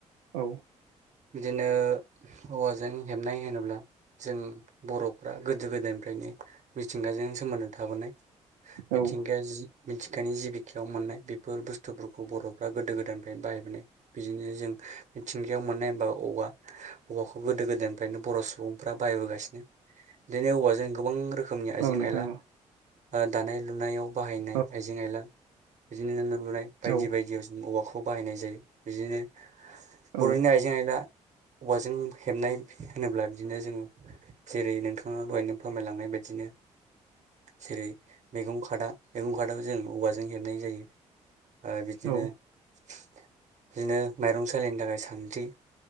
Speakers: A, on the right; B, on the right.
A: औ
B: बिदिनो औवाजों हेबनाय होनोब्ला जों बरफ्रा गोदो गोदायनि फ्रायनो मिथिंगाजों सोमोन्दो थाबोनाय। मिथिंगाया
A: औ
B: जि मिथिंगानि जि बिखायाव मोननाय बेफोर बुस्थुफोरखौ बरफ्रा गोदो गोदायनिफ्रायनो बाहायबोनाय बिदिनो जों मिथिंगायाव मोननाय। बा औवा औवाखौ गोदो गोदायनिफ्रायनो बर सुबुंफोरा बायहाय बोगासिन इदिनो औवाजों गोबां रोखोमनि आइजें
A: औ
B: आयला।
A: नोंथां
B: ओ दानाय लुनायाव बाहायनाय
A: औ
B: आइजें आइला बिदिनि नों लुनाय बायदि
A: औ
B: बायदियाव जों औवाख खौ बाहायनाय जायो बिदिनो
A: औ
B: बरनि आइजें आइ औवाजों हेबनाय होनोब्ला बिदिनो जोङो जेरै नोंथाङा दहायनो फोरमायलांनाय बायदिनो जेरै मैगं खादा मैगं खादाखौ जों औवाजों हेबनाय जायो। ओ बिदिनो
A: औ
B: बिदिनो माइरं सलिनोथाखाय सान्द्रि